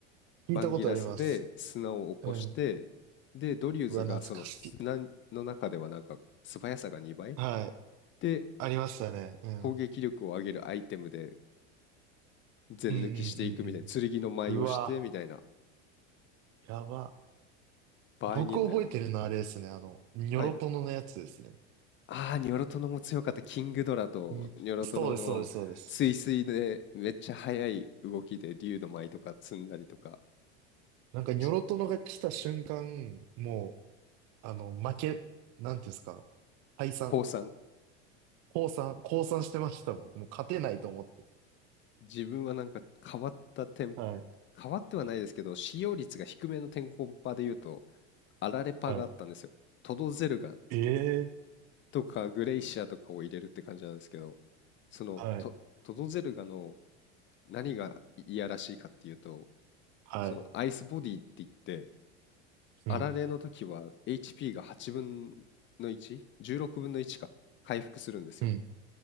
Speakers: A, on the right; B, on the left.
A: 聞いたことあります。
B: バンギラスで砂を起こして、
A: うん。
B: で、ドリューズがその砂の中ではなんか素早さが2倍
A: うわ、懐かしい。はい。
B: で
A: ありましたね。うん。
B: 攻撃力を上げるアイテムで全抜きしていくみたいな、
A: うんうんうん
B: 剣の舞をしてみたいな、
A: うん。うわ、やば。
B: 場合によっては、
A: 僕覚えてるのはあれですね。あの、ニョロトノのやつですね。
B: はいああ、ニョロトノも強かった。キングドラとニョロトノのスイスイでめっちゃ速い動きで竜の舞とか積んだりとか、
A: んそうです、そうです、そうです。なんか、
B: じ
A: ニョロトノが来た瞬間、もう、あの、負け、なんていうんですか、退散、
B: 降参。
A: 降参、降参してましたもん。もう勝てないと思って。
B: 自分はなんか変わった点、
A: はい、
B: 変わってはないですけど、使用率が低めの天候パで言うと、アラレパがあったんですよ。
A: はい。
B: トドゼルガ
A: ええ
B: とかグレイシアとかを入れるって感じなんですけど、そのト、
A: はい、
B: トドゼルガの何がいいやらしいかっていうと、
A: はい。
B: そのアイスボディって言って、
A: うん、
B: あられの時は HP が8分の 1? 16分の1か。回復するんですよ。
A: うん、